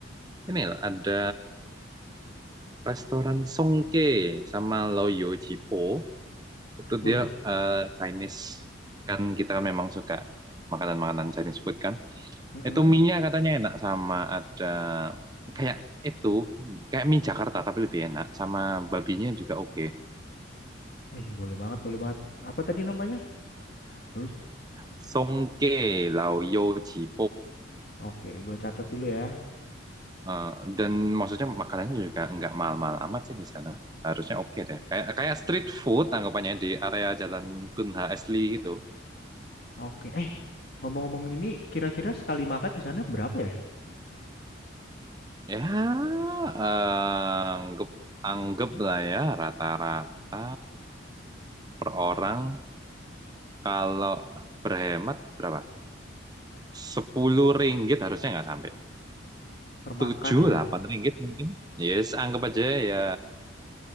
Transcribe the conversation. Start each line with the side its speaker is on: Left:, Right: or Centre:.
Right: ini loh, ada restoran Songke sama Loyo Jipo. Itu
Left: Wih.
Right: dia eh, Chinese. Kan kita kan memang suka makanan-makanan Chinese food kan.
Left: Mm-mm.
Right: Itu mie-nya katanya enak sama ada kayak itu, kayak mie Jakarta tapi lebih enak. Sama babinya juga oke.
Left: Wih, boleh banget, boleh banget. Apa tadi namanya? Terus,
Right: Songke Lao Yo Chi
Left: oke, gue catat dulu ya.
Right: Eh, dan maksudnya makanannya juga nggak mahal-mahal amat sih di sana. Harusnya oke deh. Kayak kayak street food anggapannya di area Jalan Tun H. Asli gitu.
Left: Oke, eh, ngomong-ngomong ini, kira-kira sekali makan di sana berapa ya?
Right: Ya, eh, anggap anggap lah ya rata-rata per orang kalau berhemat berapa? sepuluh ringgit harusnya nggak sampai.
Left: Permakan
Right: tujuh
Left: ya.
Right: delapan ringgit mungkin. Yes, anggap aja ya